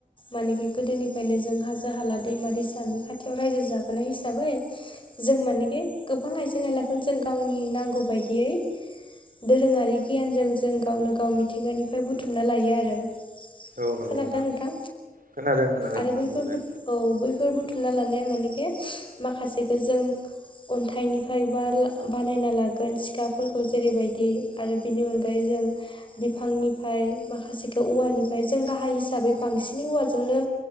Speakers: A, on the left (about 35°); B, on the right (about 70°).
A: मानेखि गोदोनिफ्रायनो जों हाजो हाला दैमा दैसानि खाथि खाथियाव रायजो जाबोनाय हिसाबै जों मानेखि गोबां आइजें आयलाखौनो जों गावनि नांगौ बायदियै दोरोङारि गियानजों जों गावनो गाव मिथिंगानिफ्राय बुथुमना लायो आरो।
B: औ नंगौ
A: खोनादोंना नोंथां
B: खोनादों खोनादों
A: आरो
B: नोंथां
A: बैफोरबो
B: बुंलाय
A: औ बैफोर बुथुमना लानाया मानेखे माखासेखो जों अन्थाइनिफ्राय बा बानायना लागोन सिखाफोरखौ जेरैबायदि आरो बेनि अनगायै जों बिफांनिफ्राय माखासेखौ औवानिफ्राय जों गाहाय हिसाबै बांसिनै औवाजोंनो